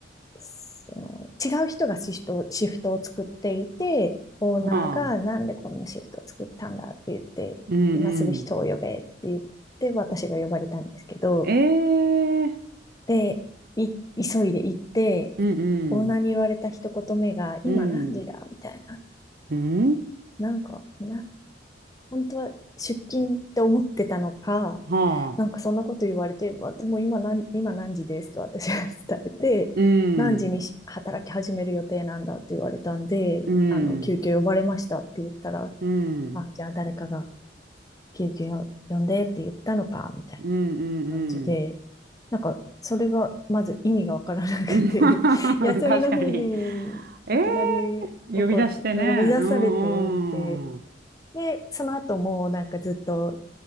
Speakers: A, on the left (about 20°); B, on the right (about 55°).
A: その違う人がシフト、シフトを作っていて、オーナーがなんでこんなシフトを作ったんだって言って、
B: ー、はあ。うんうん。
A: 今すぐ人を呼べって言って、私が呼ばれたんですけど、
B: えー、
A: で、い急いで行って、
B: うんうん。
A: オーナーに言われた一言目が、
B: うん。
A: 今何時だみたいな。
B: うん
A: なんか、な、本当は出勤って思ってたのか、
B: はあ。
A: なんかそんなこと言われて、わでも今何、今何時ですって私は伝えて、
B: うん。
A: 何時にし働き始める予定なんだって言われたんで、
B: うん。
A: あの、救急呼ばれましたって言ったら、
B: うん。
A: あ、じゃあ誰かが救急よ呼んでって言ったのか、みたい
B: うんうんうん。
A: な感じで、
B: うん
A: なんかそれがまず意味がわからなくて、
B: <laughs>
A: <laughs> 休みの日にいきなり怒る、
B: 確かに。ええ呼び出してね。
A: 呼び出されておいて、
B: うんうん。
A: で、その後もなんかずっと